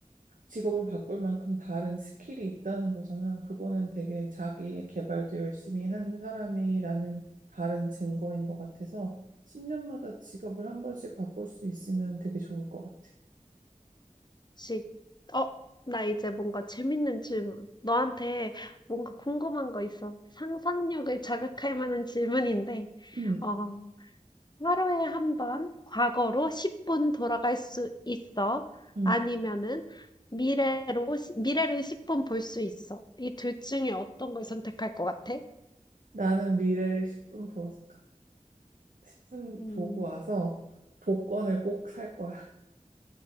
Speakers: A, on the right; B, on the left.
A: 직업을 바꿀 만큼 다른 스킬이 있다는 거잖아. 그거는 되게 자기의 개발도 열심히 한 사람이라는 다른 증거인 것 같아서 10년마다 직업을 한 번씩 바꿀 수 있으면 되게 좋을 것 같아.
B: 지. 어, 나 이제 뭔가 재밌는 질문. 너한테 뭔가 궁금한 거 있어. 상상력을 자극할 만한 질문인데.
A: 음,
B: 어, 하루에 한 번 과거로 10분 돌아갈 수 있어.
A: 음.
B: 아니면은 미래로 시 미래를 10분 볼 수 있어. 이 둘 중에 어떤 걸 선택할 것 같아?
A: 나는 미래를 10분 보, 10분
B: 음.
A: 보고 와서 복권을 꼭 살 거야.